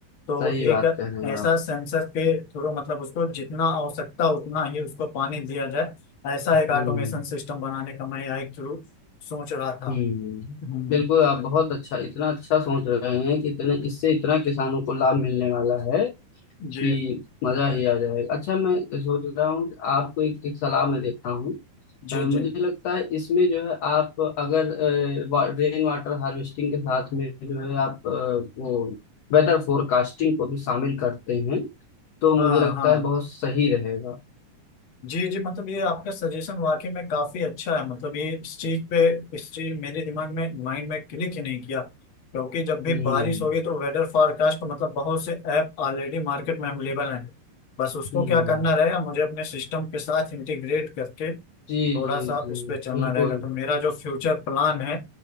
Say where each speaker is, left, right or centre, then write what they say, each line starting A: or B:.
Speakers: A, on the left (about 45°); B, on the left (about 65°).
A: तो
B: सही बात
A: एक
B: कह रहे हैं
A: ऐसा
B: आप
A: सेंसर के थ्रू मतलब उसको जितना आवश्यकता उतना ही उसको पानी दिया जाए ऐसा
B: हम्म
A: एक ऑटोमेशन सिस्टम बनाने का मैं एक थ्रू सोच रहा था
B: हम्म
A: हम्म,
B: बिल्कुल आप बहुत अच्छा इतना अच्छा सोच रहे हैं कि इतने इससे इतना किसानों को लाभ मिलने वाला है कि
A: जी
B: मजा ही आ जाएगा अच्छा मैं सोच रहा हूँ कि आपको एक, एक सलाह में देता हूँ
A: जी
B: अ, मुझे
A: जी
B: लगता है इसमें जो है आप अगर रेन वाटर हार्वेस्टिंग के साथ में जो है आप अ, वो वेदर फोरकास्टिंग को भी शामिल करते हैं तो मुझे
A: हाँ
B: लगता
A: हाँ
B: है बहुत सही रहेगा
A: जी जी मतलब ये आपका सजेशन वाकई में काफी अच्छा है मतलब ये इस चीज पे इस चीज मेरे दिमाग में माइंड में क्लिक ही नहीं किया क्योंकि जब भी
B: हम्म
A: बारिश होगी तो वेदर फोरकास्ट मतलब बहुत से ऐप ऑलरेडी मार्केट में अवेलेबल हैं बस उसको
B: हम्म
A: क्या करना रहेगा मुझे अपने सिस्टम के साथ इंटीग्रेट करके
B: जी
A: थोड़ा
B: जी
A: सा
B: जी
A: उस पर चलना
B: बिल्कुल
A: रहेगा तो मेरा जो फ्यूचर प्लान है